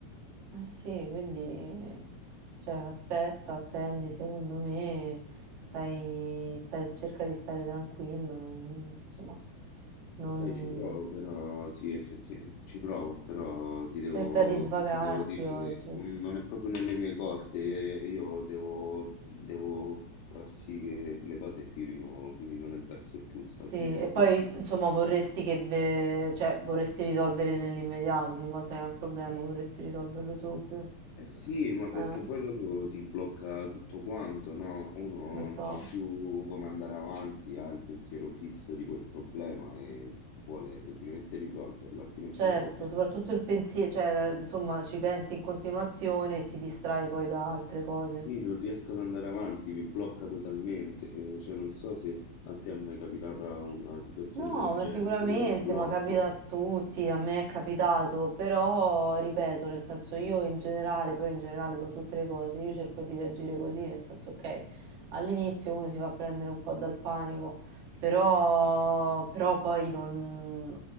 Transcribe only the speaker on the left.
Eh, Dai, ci provo,
però sì, effettivamente ci provo, però ti devo,
ti devo dire
che non non è proprio nelle mie corde, eh, io devo, devo far sì che le cose filino, filino nel verso giusto,
altrimenti...
Eh sì, ma perché
poi dopo ti blocca tutto quanto, no? Uno
non
sa più come andare avanti, ha il pensiero fisso di quel problema e vuole semplicemente risolverlo, altrimenti
le cose
Sì, non riesco ad andare avanti, mi blocca totalmente, eh, cioè non so se a te è mai capitata una situazione
del
genere,
proprio di blocco.